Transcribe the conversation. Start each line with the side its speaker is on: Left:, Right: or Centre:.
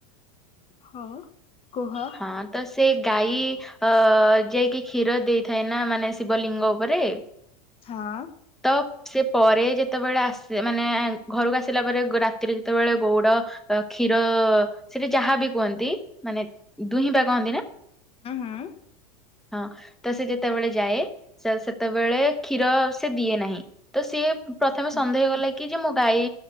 Left: ହଁ କୁହ।
Centre: ହଁ ତ ସେ ଗାଈ ଅ ଯାଇକି କ୍ଷୀର ଦେଇଥାଏ ନା ମାନେ ଶିବଲିଙ୍ଗ ଉପରେ।
Left: ହଁ।
Centre: ତ ସେ ପରେ ଯେତେବେଳେ ଆସେ ମାନେ ଘରକୁ ଆସିଲା ପରେ ରାତିରେ ଯେତେବେଳେ ଗୋଉଡ କ୍ଷୀର ସେଟି ଯାହା ବି କୁହନ୍ତି ମାନେ ଦୁହିଁବା କହନ୍ତି ନା?
Left: ହୁଁ, ହୁଁ।
Centre: ହଁ ତ ସେ ଯେତେବେଳେ ଯାଏ ସେ ସେତେବେଳେ କ୍ଷୀର ସେ ଦିଏ ନାହିଁ। ତ ସିଏ ପ୍ରଥମେ
Left: ହୁଁ।
Centre: ସନ୍ଦେହ କଲା କି ଯେ ମୋ ଗାଈ